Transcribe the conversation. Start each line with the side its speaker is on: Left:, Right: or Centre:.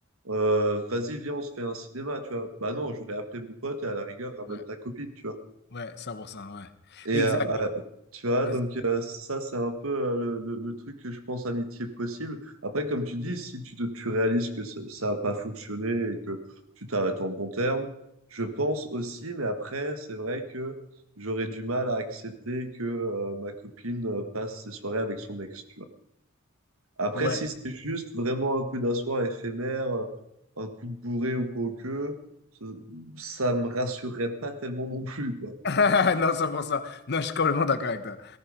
Right: Euh, vas-y, viens, on se fait un cinéma, tu vois. Bah non, j'aurais appelé mon pote et à la rigueur, ramène
Left: ouais,
Right: ta copine, tu vois.
Left: ouais, ouais, 100%, ouais.
Right: Et
Left: Exact.
Right: euh,
Left: oui,
Right: Tu vois,
Left: Vas-y.
Right: donc euh, ça, c'est un peu euh, le, le- le truc que je pense amitié possible. Après, comme tu dis, si tu, te- tu réalises que ça ça n'a pas fonctionné et que tu t'arrêtes en bon terme, je pense aussi, mais après, c'est vrai que j'aurais du mal à accepter que euh, ma copine euh, passe ses soirées avec son ex, tu vois. Après,
Left: Ouais.
Right: si c'est juste vraiment un coup d'un soir éphémère, euh, un coup de bourré ou quoi que, ça, ça me rassurerait pas tellement non plus, quoi.
Left: <laughs> Non, 100%. Non, je suis complètement d'accord avec toi.